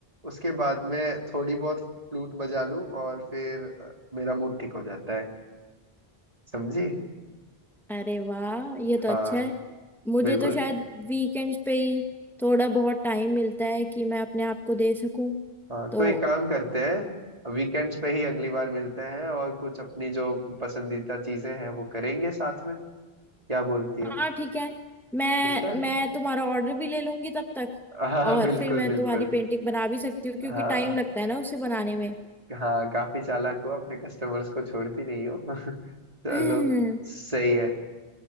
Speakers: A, on the right; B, in the centre.
A: उसके बाद मैं थोड़ी बहुत फ्लूट बजा लूं और फिर अ, मेरा मूड ठीक हो जाता है समझी
B: अरे वाह ये तो
A: हाँ
B: अच्छा है मुझे
A: बिल्कुल
B: तो शायद वीकेंड्स पे ही थोड़ा बहुत टाइम मिलता है कि मैं अपने आप को दे सकूं
A: हाँ
B: तो
A: तो एक काम करते हैं वीकेंड्स पे ही अगली बार मिलते हैं और कुछ अपनी जो पसंदीदा चीजें हैं वो करेंगे साथ में क्या बोलती हो
B: हाँ ठीक है मैं
A: ठीक है
B: मैं तुम्हारा ऑर्डर भी ले लूंगी तब तक
A: हाँ
B: और
A: बिल्कुल
B: फिर मैं
A: बिल्कुल
B: तुम्हारी पेंटिंग बना भी सकती हूँ क्योंकि
A: हाँ
B: टाइम लगता है ना उसे बनाने में
A: हाँ काफी चालाक हो अपने कस्टमर्स को छोड़ती नहीं हो <laughs> चलो
B: <laughs>
A: सही है